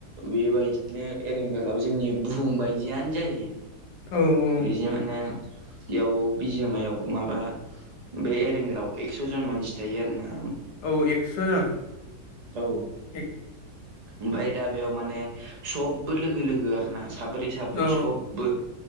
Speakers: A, on the right; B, on the left.
A: बेबायदिनो एरेंगालाव जोंनि बुहुम बायदियनो जायो।
B: औ औ
A: बिदि माने बेयाव बिजामायाव माबा बे एरेंगायाव एक्स' जन मानसि थायो आरो ना
B: औ एक्स' जन
A: औ
B: <inaudible>
A: ओमफ्राय दा बेयाव माने सबबो लोगो लोगो आ ना साब्रै साब्रै
B: औ
A: सबबो